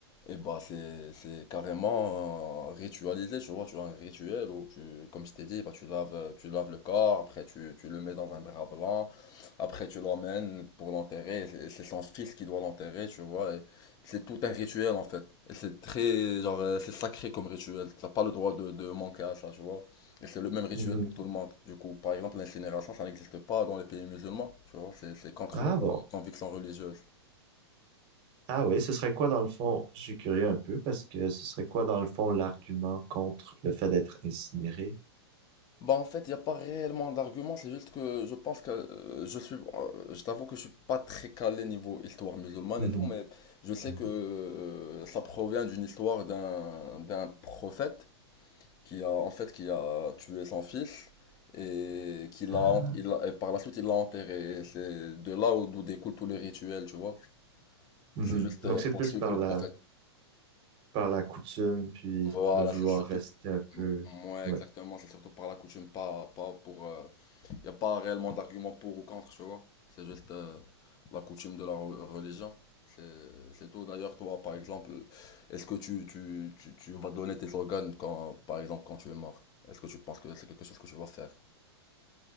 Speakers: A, on the left (about 25°); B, on the right (about 35°).
A: Et bah c'est c'est carrément euh, ritualisé, tu vois, tu as un rituel où tu comme je t'ai dit, bah tu laves euh, tu laves le corps, après tu, tu le mets dans un drap blanc, après tu l'emmènes pour l'enterrer, et c'est c'est son fils qui doit l'enterrer, tu vois, et c'est tout un rituel en fait. Et c'est très genre euh, c'est sacré comme rituel, t'as pas le droit de, de manquer à ça, tu vois. Et c'est le même rituel
B: Mhm.
A: pour tout le monde. Du coup, par exemple, l'incinération, ça n'existe pas dans les pays musulmans, tu vois, c'est c'est contre
B: Ah
A: leur
B: bon.
A: euh, conviction religieuse.
B: Ah oui, ce serait quoi dans le fond? Je suis curieux un peu parce que ce serait quoi dans le fond l'argument contre le fait d'être incinéré?
A: Bah en fait, il n'y a pas réellement d'argument, c'est juste que je pense que euh, je suis, euh, je t'avoue que je suis pas très calé niveau histoire musulmane
B: Mhm.
A: et tout, mais je sais
B: Mhm.
A: que euh, ça provient d'une histoire d'un d'un prophète qui a en fait qui a tué son fils et qui
B: Ah.
A: l'a, il l'a- et par la suite il l'a enterré. Et c'est de là où- d'où découlent tous les rituels, tu vois.
B: Mhm.
A: C'est juste
B: Donc
A: euh,
B: c'est
A: pour
B: plus
A: suivre
B: par
A: le
B: la,
A: prophète.
B: par la coutume, puis
A: Voilà,
B: de vouloir
A: c'est surtout.
B: rester un peu.
A: Mm, Ouais,
B: ouais.
A: exactement, c'est surtout par la coutume, pas, pas pour. Il n'y a pas réellement d'argument pour ou contre, tu vois. C'est juste euh, la coutume de la re- religion. C'est c'est tout. D'ailleurs, toi, par exemple, est-ce que tu, tu, tu, tu vas donner tes organes quand, par exemple, quand tu es mort? Est-ce que tu penses que c'est quelque chose que tu vas faire?